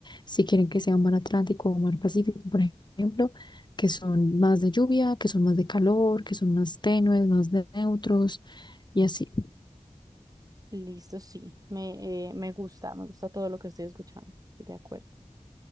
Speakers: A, on the left; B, on the right.
A: si quieren que sea mar Atlántico o mar Pacífico, por ejemplo que son más de lluvia, que son más de calor, que son más tenues, más de neutros y así.
B: Listo, sí, me, eh, me gusta, me gusta todo lo que estoy escuchando, estoy de acuerdo.